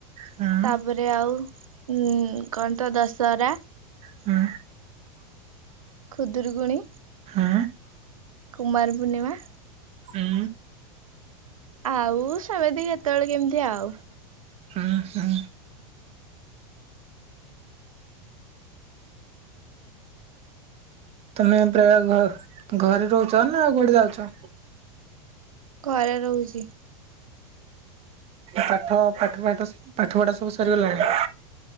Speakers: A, on the right; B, on the right.
A: ହୁଁ
B: ତାପରେ ଆଉ ଉଁ କଣ ତ ଦଶହରା
A: ହୁଁ
B: ଖୁଦୁରୁକୁଣି
A: ହୁଁ
B: କୁମାର ପୂର୍ଣ୍ଣିମା
A: ହୁଁ
B: ଆଉ ସମେତି କେତେବେଳେ କେମିତି ଆଉ।
A: ହୁଁ ହୁଁ ତମେ ପ୍ରାୟ ଘ ଘରେ ରହୁଚ ନା କୁଆଡେ ଯାଉଚ?
B: ଘରେ ରହୁଚି।
A: ପାଠ ପାଠ ପାଠ ପାଠ ଫାଠ ସବୁ ସରିଗଲାଣି?